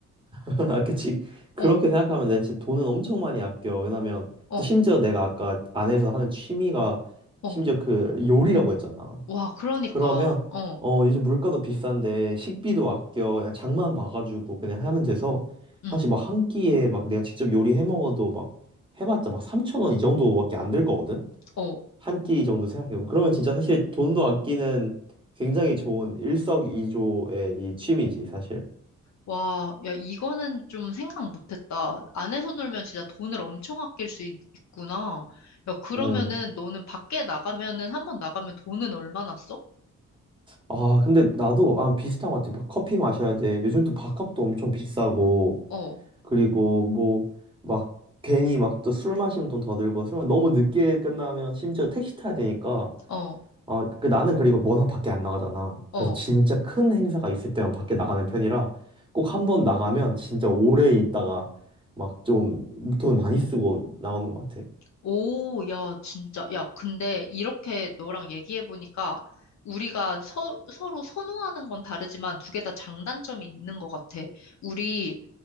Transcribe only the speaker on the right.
<laughs> 아, 그치. 그렇게
생각하면 내 진짜 돈은 엄청 많이 아껴. 왜냐면
또 심지어 내가 아까 안에서 하는 취미가
심지어 그 요리라고 했잖아.
그러면
어, 요즘 물가도 비싼데 식비도 아껴. 그냥 장만 봐가지고 그냥 하면 돼서
사실 막 한 끼에 막 내가 직접 요리해 먹어도 막 해봤자 막 3천 원 이 정도밖에 안 들 거거든.
한 끼 정도 생각해보면 그러면 진짜 사실 돈도 아끼는 굉장히 좋은 일석이조의 이 취미지 사실.
음.
아 근데 나도 아 비슷한 것 같아. 막 커피 마셔야 돼. 요즘 또 밥값도 엄청 비싸고
그리고 뭐 막 괜히 막 또 술 마시면 돈 더 들고 술 마- 너무 늦게 끝나면 심지어 택시 타야 되니까
어, 그 나는 그리고 워낙 밖에 안 나가잖아.
그래서 진짜 큰 행사가 있을 때만 밖에 나가는 편이라 꼭 한 번 나가면 진짜 오래 있다가 막 좀 돈 많이 쓰고 나오는 것 같아.